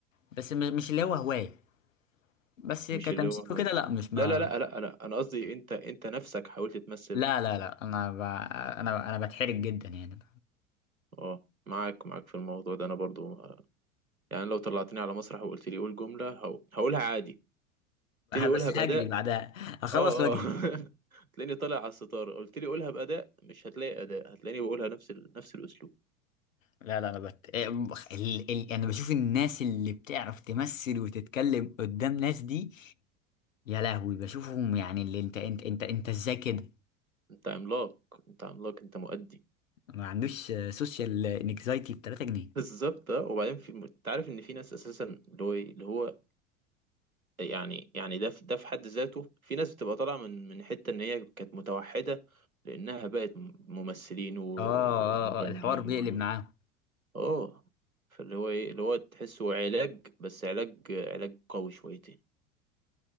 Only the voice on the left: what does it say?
بس مش مش اللي هو هوايه بس كتمثيل
وكده لا مش ما
لا لا لا انا ب... انا انا بتحرج جدا يعني
بس
هجري بعدها هخلص
واجري
لا لا انا بت... إيه، بخ- ال... ال... انا بشوف الناس اللي بتعرف تمثل وتتكلم قدام ناس دي يا لهوي بشوفهم يعني اللي انت انت انت انت ازاي كده
ما عندوش سوشيال انكزايتي ب 3 جنيه
اه اه
آه، الحوار بيقلب
معاهم